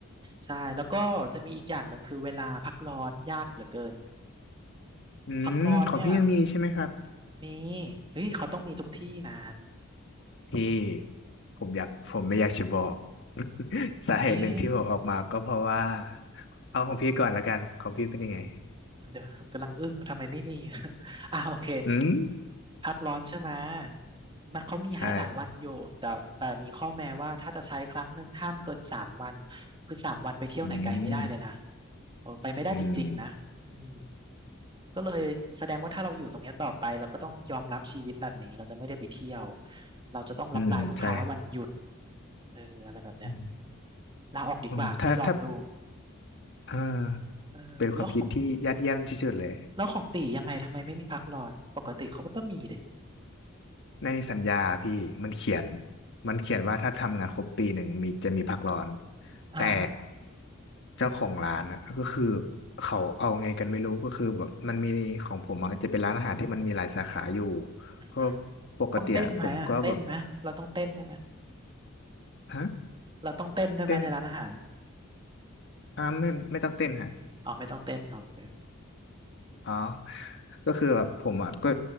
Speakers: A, on the right; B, on the left.
A: ใช่แล้วก็จะมีอีกอย่างหนึ่งคือเวลาพักร้อนยากเหลือเกิน
B: อืมของพี่ยังมีใช่ไหมครับ
A: พักร้อนเนี่ยมีเฮ้ยเขาต้องมีทุกที่นะ
B: พี่ผมอยากผมไม่อยากจะบอก <laughs> สาเหตุหนึ่งที่ผมออกมาก็เพราะว่า
A: เอ๊ะ
B: เอาของพี่ก่อนละกัน ของพี่เป็นยังไง
A: เดี๋ยวกำลังอึ้งทำไมไม่มี <laughs> อ่าโอเค
B: อืม
A: พักร้อนใช่ไหมมันเขามีให้หลายวันอยู่แต่แต่มีข้อแม้ว่าถ้าจะใช้ครั้งหนึ่งห้ามเกินสามวัน
B: ใช่
A: คือสามวันไปเที่ยวไหนไกลไม่ได้เลยนะ
B: อืม
A: เออไปไม่ได้จริงๆนะอืม
B: อืม
A: ก็เลยแสดงว่าถ้าเราอยู่ตรงเนี้ยต่อไปเราก็ต้องยอมรับชีวิตแบบนี้เราจะไม่ได้ไปเที่ยวเรา
B: อืมใช่
A: ตายลูกค้าวันหยุดเอออะไรแบบเนี้ย
B: อืม
A: ลาออกดีกว่าก็เลยลองดู
B: โอ้ถ้าถ้าเออ
A: เออแล้วของ
B: เป็นความคิดที่ยอดเยี่ยมที่สุดเลย
A: แล้วของตียังไงทำไมไม่มีพักร้อนปกติเขาก็ต้องมีดิ
B: ในสัญญาพี่มันเขียนมันเขียนว่าถ้าทำงานครบปีหนึ่งมีจะมีพักร้อน
A: อ่า
B: แต่เจ้าของร้านอ่ะก็คือเขาเอาไงกันไม่รู้ก็คือแบบมันมีของผมอะจะเป็นร้านอาหารที่มันมีหลายสาขาอยู่
A: อือหือ
B: ก็ปกติอะผมก็แบบ
A: ต้องเต้นไหมอ่ะเต้นไหมเราต้องเต้นด้วยไหม
B: ฮะ
A: เราต้องเต้นด้วยไหมในร้านอาหาร
B: เต้นอ่าไม่ไม่ต้องเต้นฮะ
A: อ๋อไม่ต้องเต้นเอาโอเค
B: อ๋อก็คือแบบผมอ่ะก็